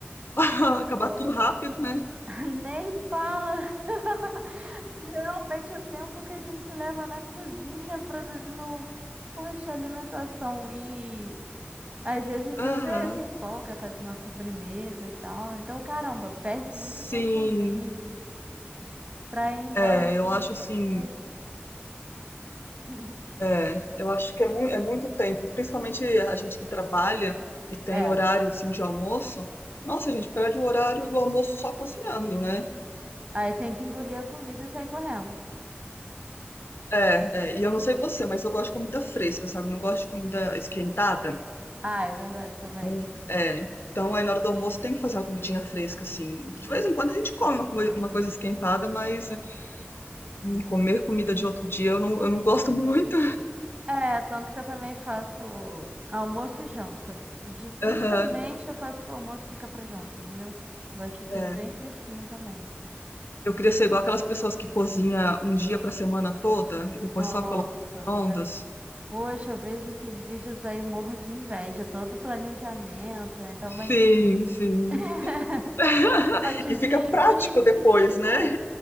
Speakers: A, on the left (about 65°); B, on the right (about 35°).
A: <laughs> Acabar
B: Pô,
A: tudo rápido, né.
B: <laughs> nem fala. <laughs> Realmente o tempo que a gente leva na cozinha produzindo, poxa, alimentação e às vezes você
A: Aham.
B: se empolga, faz uma sobremesa e tal. Então, caramba, perde
A: Sim.
B: muito tempo mesmo. Pra ir embora
A: É,
B: assim.
A: eu acho assim
B: Poxa. <laughs>
A: é, eu acho que é mui é muito tempo, principalmente a gente que trabalha e tem
B: É.
A: horário, assim, de almoço. Nossa, a gente perde o horário do almoço só cozinhando, né.
B: Aí tem que engolir a comida e sair correndo.
A: É, é, e eu não sei você, mas eu gosto de comida fresca, sabe, não gosto de comida esquentada.
B: Ah, é verdade também.
A: Então é, então aí na hora do almoço tem que fazer uma comidinha fresca, assim. De vez em quando a gente come uma coi uma coisa esquentada, mas, hum, comer comida de outro dia eu não eu não gosto <laughs> muito.
B: É, tanto que eu também faço almoço e janta. Dificilmente
A: Aham,
B: eu faço pro almoço e fica pra janta, entendeu? Gosto tudo
A: é.
B: bem fresquinho também.
A: Eu queria ser igual aquelas pessoas que cozinha um dia pra semana toda e depois
B: Nossa.
A: só coloca no micro-ondas.
B: é- Poxa, eu vejo esses vídeos aí, morro de inveja. Todo planejamento, né? então, mas.
A: Sim, sim.
B: <laughs>
A: <laughs>
B: Potezinhas
A: E fica prático
B: bonitinhas,
A: depois, né?
B: né?